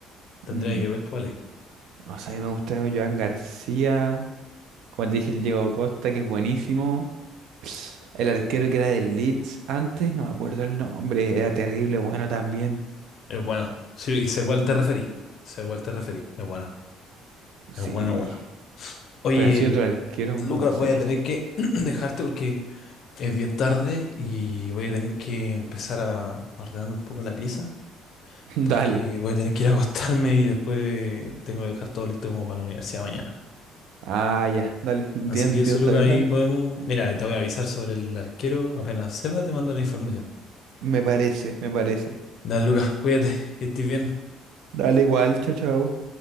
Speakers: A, on the left; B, on the right.
A: Tendría
B: Mm,
A: que ver cuál es.
B: no sé, me gusta un Joan García. Como te dije, el Diego Costa, que es buenísimo. El arquero que era del Leeds antes, no me acuerdo el nombre, era terrible, bueno también.
A: Es bueno. Sí, sé cuál te referí. Sé cuál te referí. Es bueno.
B: Sí,
A: Es bueno, bueno. Oye,
B: pero así otro arquero,
A: Lucas,
B: no sé.
A: voy a tener que <clears throat> dejarte porque Es bien tarde y voy a tener que empezar a ordenar un poco la pieza
B: <laughs>
A: porque
B: Dale.
A: voy a tener que ir a <laughs> acostarme y después tengo que dejar todo listo como para la universidad mañana.
B: Ah, ya, dale, entiendo,
A: Así que
B: entiendo,
A: eso, Lucas,
B: está bien,
A: ahí
B: dale.
A: podemos... Mira, te voy a avisar sobre el arquero. Apenas sepa, te mando la información.
B: Me parece, me parece.
A: Dale, Lucas, cuídate, que estés bien.
B: Dale igual, chao, chao.